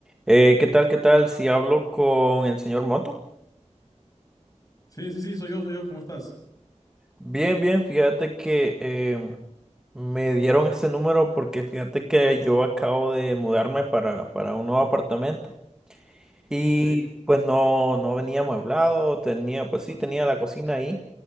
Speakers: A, in the centre; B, on the left.
A: Eh, ¿qué tal? ¿Qué tal? Si hablo con el señor Moto.
B: Sí, sí, sí, soy yo, soy yo, ¿cómo estás?
A: Bien, bien, fíjate que em, me dieron este número porque fíjate que yo acabo de mudarme para, para un nuevo apartamento y
B: Ok.
A: pues no, no venía amueblado, tenía, pues sí, tenía la cocina ahí,